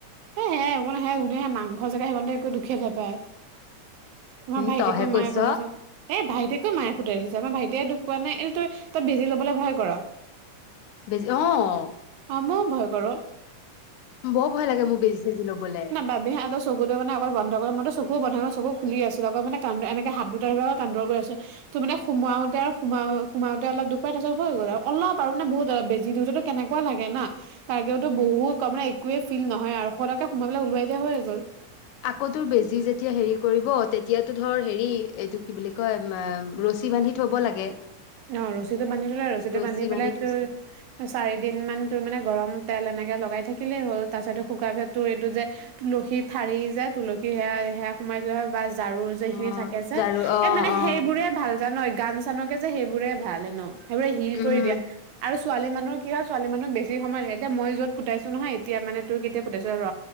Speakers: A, on the right (about 80°); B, on the left (about 80°).
A: সেইশসেয়া একো সেয়া ধুনীয়াে মাংস জেগা সিমান একো দুখেয়েই নেপায়। আমাৰ
B: এ
A: ভাইটিকো
B: তইহে
A: মায়ে
B: কৈছ
A: ফুটাইছে। এ' ভাইটিকেো মায়ে ফুটাই দিছে, আমাৰ ভাইটিয়ে দুখ পোৱা নাই। এইটো তই-তই বেজি ল'বলৈ ভয় ক'ৰ?
B: অঁ'।
A: অঁ' মইও বহুত ভয় কৰোঁ।
B: বৰ ভয় লাগে মোৰ বেজি-চেজি ল'বলে।
A: বাবেহে চকুটো মানে অকল বন্ধ কৰে মইতো চকু বন্ধ, চকু খুলি আছিলো আক' মানে এনেকে হাত দুটাৰ পৰা আ কান্দৰ কৰি আছে। তো মানে সোমাওঁতে আৰু সোমাওঁতে অলপ দুুখ পাই তাৰপিছত হৈ গ'ল। অলপ আৰু মানে বহুত বেজি দিওঁতো- কেনেকুৱা লাগে না' তাৰগেওতো বহুত ক' মানে একোৱে- ফিল নহয় আৰু ফটককে সোমোৱাই ওলাই দিয়া হৈ গ'ল।
B: আকৌ তোৰ বেজি যেতিয়া হেৰি কৰিব তেতিয়াতো ধৰ এইটো কি বুলি কয়‌‌ চি বান্ধি থ'ব লাগে
A: অ ৰছীটো বান্ধি থলে ৰছীটো
B: ৰছী
A: বান্ধি পেলে
B: থৈছে
A: তো চাৰি দিন মান তোৰ মানে গৰম তেল এনেকে লগাই থাকিলেই হ'ল তাৰপিছতো শুকাৰ পিছত তোৰ এইটো যে তুলসী ঠাৰি যে তুলসী সেয়া সেয়া সোমাই থলে হয় বা ঝাৰুৰ যে সেখিনি
B: অ'
A: থাকে যে
B: জাৰু অ'
A: এ মানে
B: অ'
A: সেইবোৰে ভাল জান গান চানকে যে সেইবোৰে ভাল এনেও সেইবোৰে হিল
B: উম
A: কৰি দিয়া আৰু ছোৱালী মানুহৰ কি হয় ছোৱালী মানুহ বেছি সময় লাগে এতিয়াই যত ফুটাইছো নহয় এতিয়া মানে তোৰ কেতিয়া ফুটাইছো ৰ